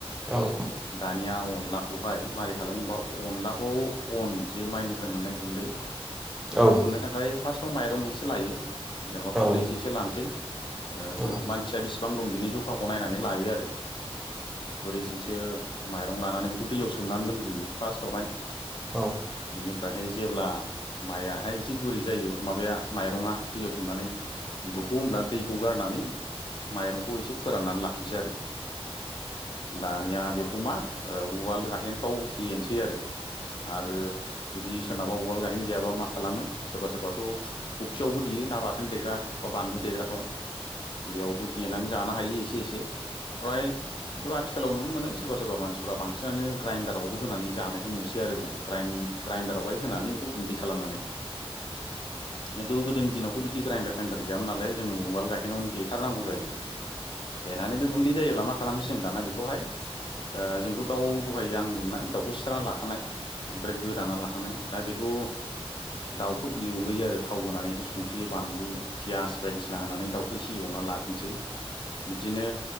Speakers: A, in the centre; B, on the left.
A: औ
B: दानिया अनलाखौहाय मारै खालामोबा अनलाखौ अन जे माइनिफ्राय मोननाय गुन्दै बेखौ
A: औ
B: मोननो थाखाय फार्स्टआव माइरं एसे लायो। जेन'बा खुरैसे
A: औ
B: इसे लानोसै ओ
A: औ
B: ज' मानसिया बेसे बां दं बिनि जखाखौ नायनानै लायो आरो खुरैसेसो माइरं लानानै बेखौ दैयाव सोमनानै दोनग्रोयो फार्स्टआवहाय
A: औ।
B: इनिफ्रायहाय जेब्ला माइआहाय एसे गुरै जायो माबाया माइरंङा दैयाव सोमनानै होमब्ला दैखौ गारनानै माइरंखौ एसे फोराननानै लाखिनोसै आरो। दानिया बेखौ मा ओ उवाल गाहेनफ्राव देनोसै आरो। आरो जुदि सोरनाबा उवाल गाहेन गैयाबा मा खालामो सोरबा सोरबाथ' थु थफियावबो देयो ना बाथोन देग्रा बानलु देग्राफ्राव बेयावबो देनानै जानो हायो एसे एसे प्राय <unintelligible> आथिखालाव नुनो मोनो सोरबा सोरबा मानसिफ्रा बांसिनानो ग्राइन्डारावबो होनानै जानायखौ नुसै आरो जोङो। ग्राइण्ड ग्राइन्डारावहाय होनानै बेखौ गुन्दै खालामनानै। खिन्थु गोदोनि दिनावथ' बिदि ग्राइन्डार साइन्डार गैयामोन नालाय। जोंङो उवाल गाहेनावनो देथारनांगौ जायोमोन। देनानैबो गुन्दै जायोब्ला मा खालामनोसै जों दाना बेखौहाय ओ जोंथ' दाउ दहाय आं होनदोंमोन ना दाउखौ सिथारना लाखानाय। बेनिफ्राय गोदाना लाखानाय। दा बेखौ दाउखौ एवग्रोयो आरो थाव होनानै एसे संख्रि बानलु पियास बायदिसिना होनानै दाउखौ एसे एवना लाग्रोनोसै बिदिनो